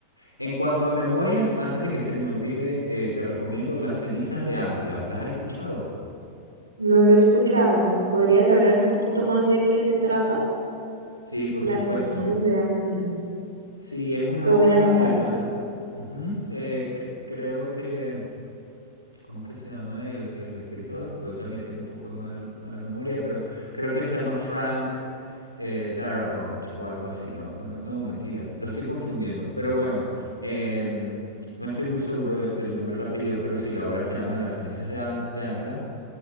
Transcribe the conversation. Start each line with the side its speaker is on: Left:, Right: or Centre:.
Left: En cuanto a memorias, antes de que se me olvide, eh, te recomiendo Las cenizas de Ángela. ¿Las has escuchado?
Right: No lo he escuchado. ¿Me podrías hablar un poquito más de qué se trata?
Left: Sí, por
Right: Las
Left: supuesto.
Right: cenizas de Ángela.
Left: Sí, es una
Right: Lo
Left: obra
Right: voy a anotar.
Left: irla. Ujú. Eh, c- creo que, ¿cómo es que se llama el, el escritor? Pues también tengo un poco de mal- mala memoria, pero creo que se llama Frank eh, Darabont o algo así. No, no, me- no, mentira, lo estoy confundiendo. Pero bueno, em, no estoy muy seguro de- del nombre del apellido, pero sí, la obra se llama Las cenizas de Ángela